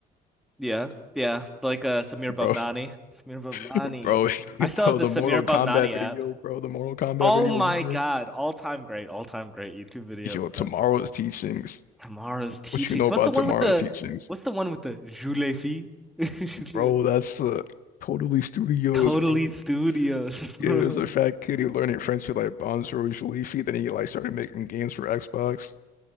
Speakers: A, in the centre; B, on the left.
A: Yeah, yeah, like uh, Samir Bhavnani.
B: bro,
A: Samir Bhavnani.
B: <laughs> bro, <laughs>
A: I still
B: bro.
A: have the
B: The
A: Samir
B: Mortal Kombat
A: Bhavnani
B: video,
A: app.
B: bro. The Mortal Kombat
A: Oh
B: video
A: my
B: you made.
A: God, all time great, all time great YouTube video,
B: Yo,
A: bro.
B: tomorrow's teachings.
A: Tomorrow's teachings.
B: What you know
A: What's
B: about
A: the one
B: tomorrow's
A: with the?
B: teachings,
A: What's the one with the Julefi? <laughs>
B: bro? That's uh, totally studios,
A: Totally
B: bro.
A: Studios, bro.
B: Yeah, it was a fat kid who learned in French with like Bonjour Leafy. Then he like started making games for Xbox.